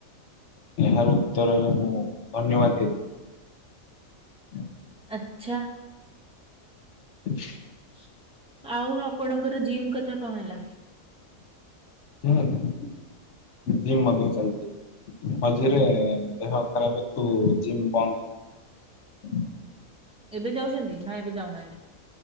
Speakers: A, on the left; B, in the centre.
A: ଏହାର ଉତ୍ତରରେ ମୁଁ ଧନ୍ୟବାଦ ଦେବି। ହୁଁ।
B: ଆଛା।
A: <unintelligible>
B: <unintelligible> ଆଉ ଆପଣଙ୍କର ଜିମ୍ କ କଥା କଣ ହେଲା?
A: ହୁଁ ଜିମ୍ ମଧ୍ୟ ଚାଲିଛି ମଝିରେ ଦେହ ଖରାପ ହେତୁ ଜିମ୍ ବନ୍ଦ।
B: ଏବେ ଯାଉଛନ୍ତି ନା ଏବେ ଯାଉନାହାନ୍ତି?